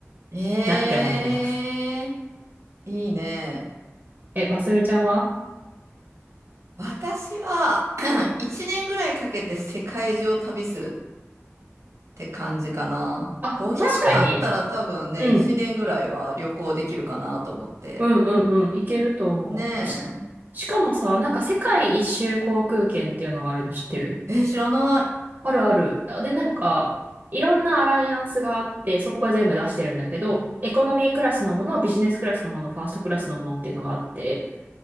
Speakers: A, on the right; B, on the right.
A: えー、
B: なって思ってます。
A: いいね。
B: え、ますみちゃんは
A: 私は1年 <clears throat> ぐらいかけて世界中を旅するて感じかな。
B: あ、
A: 500あったら多分ね、
B: 確かに。うん。
A: 1年ぐらいは旅行できるかなと思って。
B: うんうんうん。いけると思う。
A: ね
B: し、しかもさ、なんか世界一周航空券っていうのがあるの知ってる
A: え。え、知らな
B: あるある。で、なんか、いろんなアライアンスがあって、そこが全部出してるんだけど、エコノミークラスのもの、ビジネスクラスのもの、ファーストクラスのものっていうのがあって、